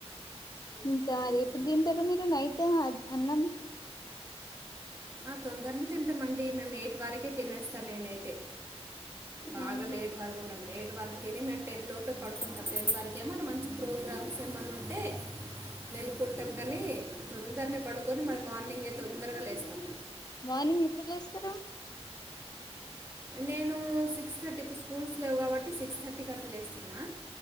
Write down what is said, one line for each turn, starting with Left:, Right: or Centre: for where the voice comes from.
Left: ఇంత
Right: అదే
Left: ఎప్పుడు
Right: అండి
Left: తింటారు మీరు నైటు అన్నం
Right: ఆ తొందరనే తింటామండి మేము ఎయిట్ వరకే తినేస్తా నేనైతే బాగా
Left: ఆహా
Right: లేట్ పడుకున్నాం లేట్ వారు తిని మేము టెన్ లోపే పడుకుంటాం టెన్ వరకే ఏమన్నా మంచి ప్రోగ్రామ్స్ ఏమన్నా ఉంటే మేలుకుంటాం కానీ తొందరనే పడుకొని మరి మార్నింగే తొందరగ లేస్తాం
Left: మార్నింగ్ ఎప్పుడు లేస్తారు
Right: నేను సిక్స్ థర్టీ ఇప్పుడు స్కూల్స్ లేవు కాబట్టి సిక్స్ థర్టీకి అట్ల లేస్తున్నా